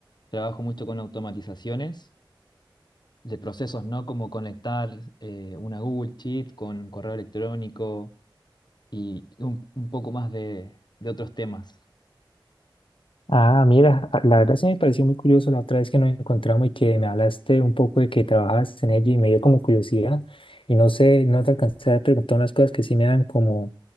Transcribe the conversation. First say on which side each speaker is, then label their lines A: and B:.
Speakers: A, on the left; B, on the left.
A: trabajo mucho con automatizaciones de procesos, ¿no? Como conectar eh, una Google Sheet con un correo electrónico y un, un poco más de, de otros temas.
B: Ah, mira, a- la verdad sí me pareció muy curioso la otra vez que nos encontramos y que me hablaste un poco de que trabajas en ello y me dio como curiosidad y no sé, no te alcancé a preguntar unas cosas que sí me dan como